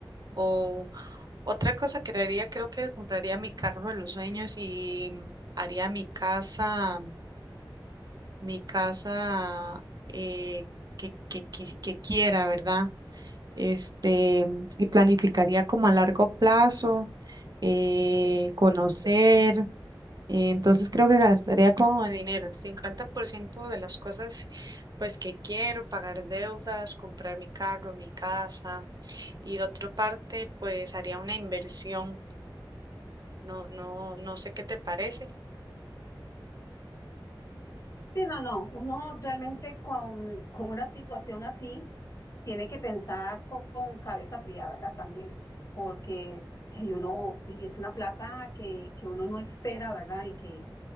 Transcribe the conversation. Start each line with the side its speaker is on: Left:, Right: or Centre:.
Right: O otra cosa que haría, creo que compraría mi carro de los sueños y haría mi casa mi casa eh, que, que, qui- que quiera, ¿verdad? Este, y planificaría como a largo plazo, eh, conocer. eh, entonces creo que gastaría como dinero, el 50% de las cosas pues que quiero, pagar deudas, comprar mi carro, mi casa, y la otra parte pues haría una inversión. No, no, no sé qué te parece.
Left: Sí, no, no. Uno realmente con, con una situación así tiene que pensar co- con, cabeza fría, ¿verdad? También, porque y uno y es una plata que, que uno no espera, ¿verdad? Y que,